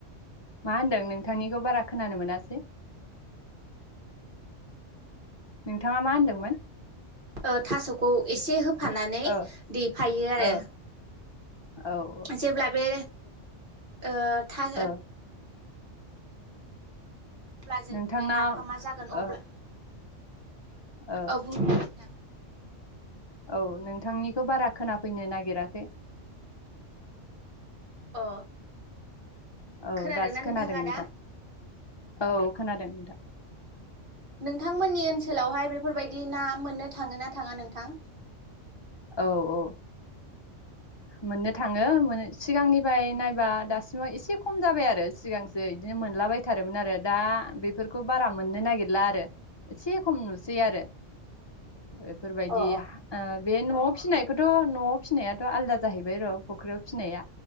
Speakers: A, on the left; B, on the right.
A: मा होन्दों नोंथांनिखौ बारा खोनानो मोनासै। नोंथाङा मा होनदोंमोन?
B: ओ थास'खौ एसे हो फानानै
A: ओ
B: देफायो आरो
A: ओ औ
B: जेब्ला
A: औ
B: बे ओ। था
A: ओ
B: अब्ला जों
A: नोंथांना
B: बे नाफामा जागोन अब्ला
A: ओ ओ
B: औ बुंदों नोंथां
A: औ नोंथांनिखौ बारा खोनाफैनो नागिराखै।
B: अ।
A: औ
B: खोनादोंना
A: दासो खोनादों
B: नोंथाङा
A: नोंथां।
B: दा
A: औ खोनादों नोंथां।
B: नोंथांमोननि ओनसोलावहाय बेफोरबायदि ना मोननो थाङो ना थाङा नोंथां?
A: औ औ ओ मोननो थाङो सिगांनिफ्राय नायबा दासिमाव एसे खम जाबाय आरो सिगांसो एसे मोनलाबायथारोमोन आरो दा बेफोरखौ बारा मोननो नागिरला आरो एसे खम नुसै आरो। बेफोरबायदि
B: अ
A: हा ओ बे न'आव फिसिनायखौथ' न'आव फिसिनायाथ' आलदा जाहैबाय र' फुख्रियाव फिसिनाया